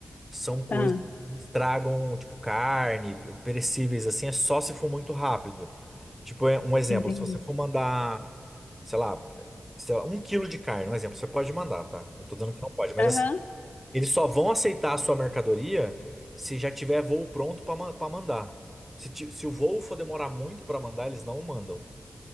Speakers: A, in the centre; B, on the left.
A: são coisas
B: Ah,
A: que estragam, tipo carne, perecíveis, assim, é só se for muito rápido. Tipo, é um exemplo,
B: entendi.
A: se você for mandar. sei lá, sei lá, um quilo de carne, um exemplo, você pode mandar, tá? Não tô dizendo que não pode, mas
B: Aham.
A: assim, eles só vão aceitar a sua mercadoria se já tiver voo pronto pra man- pra mandar. Se, ti- se o voo for demorar muito pra mandar, eles não mandam.